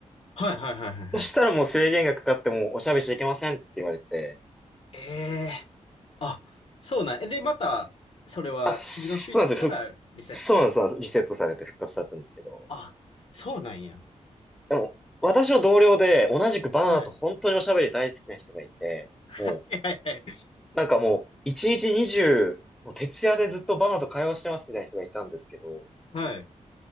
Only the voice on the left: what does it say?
はい、はい、はい、はいはい。
ええーあ、そうなんや。で、また、それは次の週になったらリセット。
あ、そうなんや。
はい。
はい、はい。
はい。